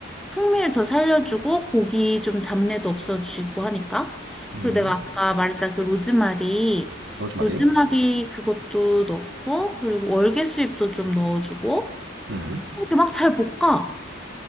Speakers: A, in the centre; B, on the right.
A: 풍미를 더 살려주고 고기 좀 잡내도 없어지고 하니까.
B: 음,
A: 그리고 내가 아까 말했자 그 로즈마리,
B: 로즈마리.
A: 로즈마리 그것도 넣고 그리고 월계수잎도 좀 넣어주고
B: 음.
A: 이렇게 막 잘 볶아.